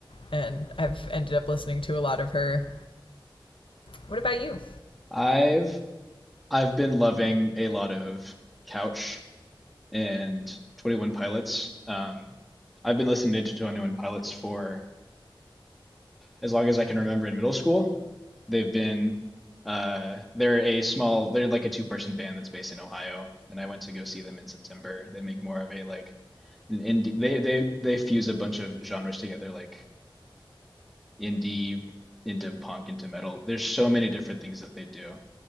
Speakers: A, on the left (about 75°); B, in the centre.
A: and I've ended up listening to a lot of her. What about you?
B: I've I've been loving a lot of Couch and 21 Pilots. Um, I've been listening to 21 Pilots for as long as I can remember in middle school. They've been uh they're a small they're like a two-person band that's based in Ohio, and I went to go see them in September. They make more of a like an indie they they they fuse a bunch of genres together like indie into punk into metal. There's so many different things that they do,